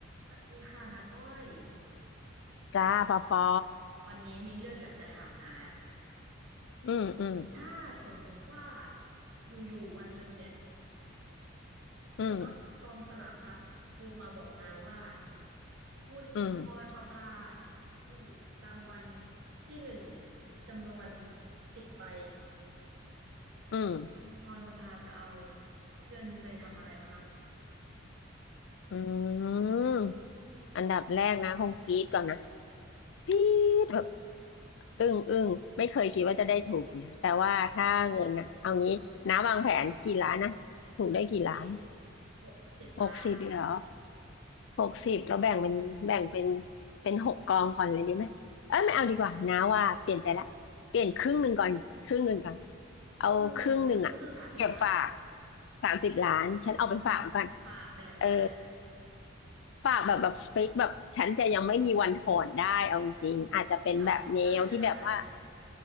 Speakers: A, on the right; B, on the left.
A: สวัสดีค่ะนาก้อย
B: จ้าปอปอ
A: วันนี้มีเรื่องอยากจะถามนะ
B: อืมอืม
A: ถ้าสมมุติว่าอยู่ๆวันหนึ่งเนี่ยคุณน็อตกองสลากพลัดโทรมาบอกนาว่า
B: อืม
A: คุณพรประภา
B: อืม
A: ถูกรางวัลที่หนึ่งจำนวนสิบใบ
B: อืม
A: คุณพรประภาจะเอาเงินไปทำอะไรครับ
B: อืมอืมอันดับแรกนะ คงกรี๊ดก่อนนะกรี๊ดแบบอึ้งอึ้งไม่เคยคิดว่าจะได้ถูกเนี่ยแต่ว่าถ้าเงินนะเอางี้น้าวางแผนกี่ล้านนะ ถูกได้กี่ล้าน
A: หกสิบหกสิบล้าน
B: หกสิบเหรอ หกสิบเราแบ่งเป็นแบ่งเป็นเป็นหกกองก่อนเลยดีไหมเอ้ยไม่เอาดีกว่านะว่าเปลี่ยนใจละเปลี่ยนครึ่งหนึ่งก่อนครึ่งหนึ่งก่อนเอาครึ่งหนึ่งอ่ะเก็บฝาก
A: ครึ่งหนึ่งก็คือสามสิบล้านเหรอ
B: สามสิบล้านฉันเอาไปฝากไว้ก่อน
A: อืมฝากแบบไหน
B: เออฝากแบบแบบฟิกแบบฉันจะยังไม่มีวันถอนได้เอาจริงๆอาจจะเป็นแบบแนวที่แบบว่า
A: อ้าวแล้วใครจะถอดได้